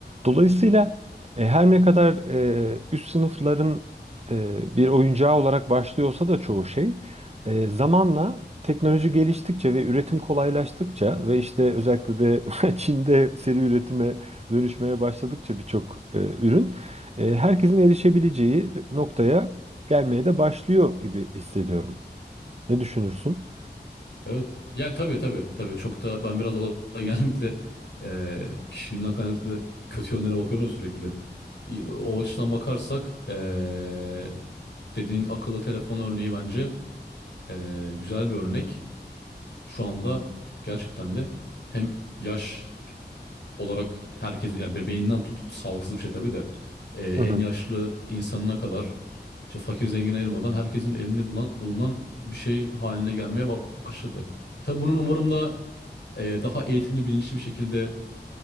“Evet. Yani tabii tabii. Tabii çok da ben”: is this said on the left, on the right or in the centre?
Left